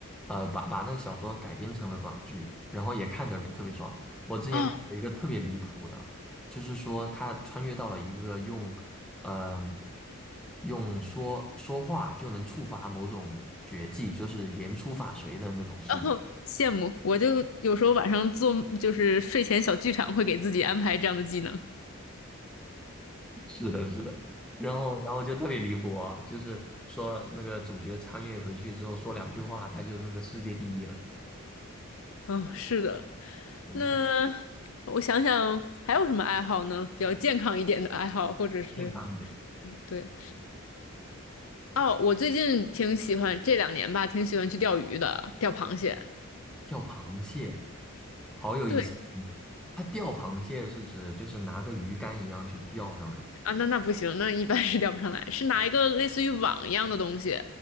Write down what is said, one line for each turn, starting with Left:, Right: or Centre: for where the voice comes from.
Centre: 呃，把把那个小说改编成了短剧，然后也看的人特别爽。我之前看了一个特别离谱的，
Left: 哦，
Centre: 就是说他穿越到了一个用，呃，用说说话就能触发某种绝技，就是言出法随的那种事。
Left: 哦，羡慕。我就有时候晚上做就是睡前小剧场，会给自己安排这样的技能。
Centre: 是的，是的，然后然后就特别离谱啊，就是说那个主角穿越回去之后说两句话，他就是那个世界第一了。
Left: 嗯，是的。
Centre: 怎么说？
Left: 那我想想还有什么爱好呢？比较健康一点的爱好，或者是
Centre: 健康一点，
Left: 嗯，对哦，我最近挺喜欢这两年吧，挺喜欢去钓鱼的，钓螃蟹。
Centre: 钓螃蟹，好有意思。
Left: 对。
Centre: 嗯他钓螃蟹是指就是拿个鱼竿一样去钓上来吗？
Left: 啊，那那不行，那一般是 <laughs> 钓不上来。是拿一个类似于网一样的东西，